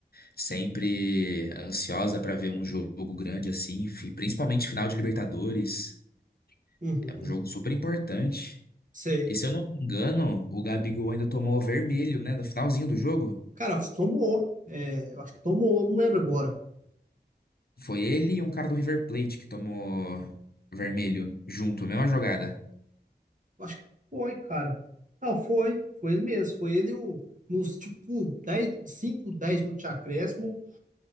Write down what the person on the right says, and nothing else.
Uhum,
sei.
Cara, eu acho que tomou. É, eu acho que tomou, não lembro agora.
Eu acho que foi, cara. Não, foi. Foi ele mesmo. Foi ele o, nos, tipo, 10 5 10 minutos de acréscimo.